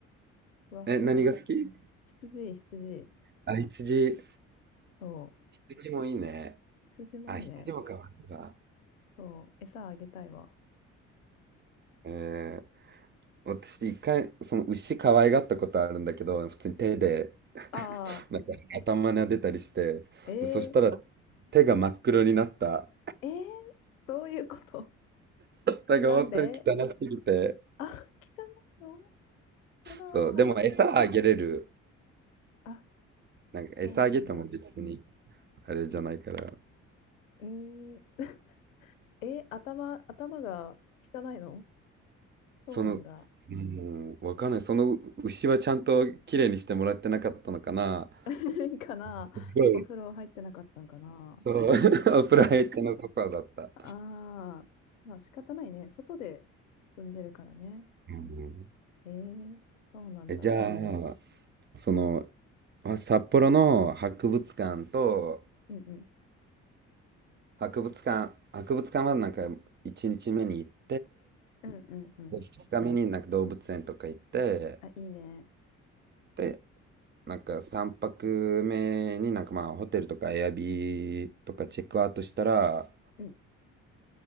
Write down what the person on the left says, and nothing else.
ふわふわ。
羊、羊。
そう。
羊もいいね。
そう。餌あげたいわ。
ああ、
え
ー、えー、どういうこと
なんであ、来たのやだ
ー。あ、
そうなんだ。
うーん、え、頭、頭が汚いのそうなんだ。
<laughs> かなお風呂入ってなかったんかな
ああー、まあ仕方ないね。外で住んでるからね。
えー、そうなんだ。
うんうん。
うんうんうん。
あ、いいね。
うん。